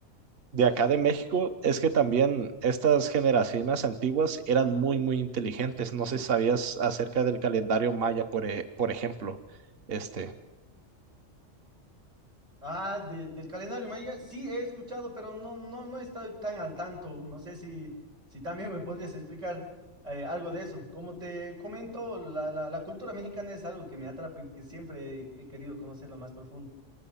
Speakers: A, on the right (about 55°); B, on the right (about 80°).
A: de acá de México es que también estas generaciones antiguas eran muy, muy inteligentes. No sé si sabías acerca del calendario maya, por, e- por ejemplo. Este.
B: Ah, de- del calendario maya, sí he escuchado, pero no, no, no estoy tan al tanto. No sé si, si también me podrías explicar eh, algo de eso. Como te comento, la, la, la cultura mexicana es algo que me atrapa y que siempre he he querido conocerla más profundo.